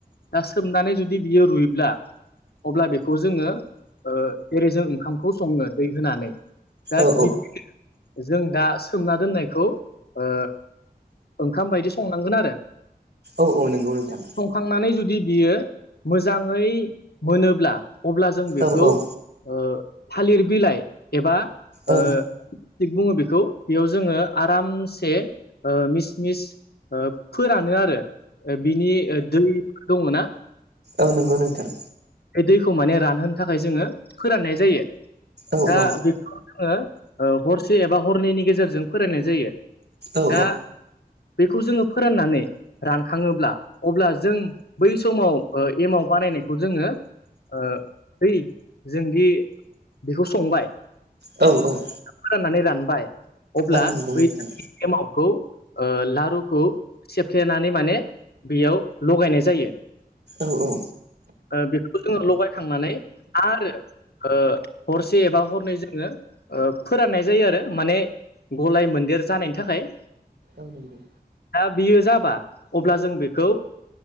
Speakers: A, on the left; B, on the right.
A: बा सोमनानै जुदि बियो रुइब्ला अब्ला बेखौ जोङो ओ एरै जों ओंखामखौ सङो दै होनानै। दा
B: औ
A: बि जों दा सोमना दोननायखौ ओ ओंखाम बायदि संनांगोन आरो।
B: औ औ नोंगौ नोंथां।
A: संखांनानै जुदि बियो मोजाङै मोनोब्ला अब्ला जों बेखौ
B: औ औ
A: ओ थालिर बिलाइ एबा ओ
B: औ
A: थिग बुङो बेखौ बेयाव जोङो आरामसे ओ मिस मिस ओ फोरानो आरो बिनि दै दङ ना।
B: ओ नंगौ नोंथां।
A: बे दैखौ माने रानहोनो थाखाय जोङो फोराननाय जायो
B: औ
A: दा
B: औ
A: बेखौ जोङो ओ हरसे एबा हरनैनि गेजेरजों फोरायनाय जायो
B: औ
A: दा बेखौ जोङो फोराननानै रानखाङोब्ला अब्ला जों बै समाव ओ एमाव बानायनायखौ जोङो ओ बै जोंदि बेखौ संबाय
B: औ औ
A: फोराननानै रानबाय अब्ला
B: औ नंगौ
A: बै
B: नोंथां
A: एमावखौ ओ लारुखौ सेफ्लेनानै माने बेयाव लगायनाय जायो
B: औ औ
A: ओ बेखौ जोङो लगायखांनानै आरो ओ हरसे एबा हरनै जोङो ओ फोराननाय जायो आरो माने गलाय मोन्देर जानायनि थाखाय
B: औ नंगौ
A: दा बियो जाबा अब्ला जों बेखौ